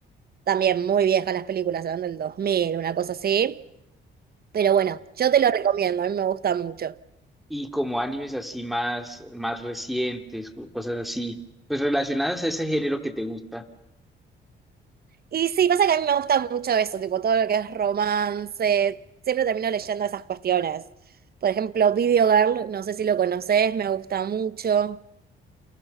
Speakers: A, on the right; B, in the centre.
A: También muy viejas las películas, eran del 2000 una cosa así. Pero bueno, yo te lo recomiendo, a mí me gusta mucho.
B: y como animes así más, más recientes, o cosas así, pues relacionadas a ese género que te gusta.
A: Y sí, pasa que a mí me gusta mucho eso, tipo todo lo que es romance. Siempre termino leyendo esas cuestiones. Por ejemplo, Video Girl, no sé si lo conoces, me gusta mucho.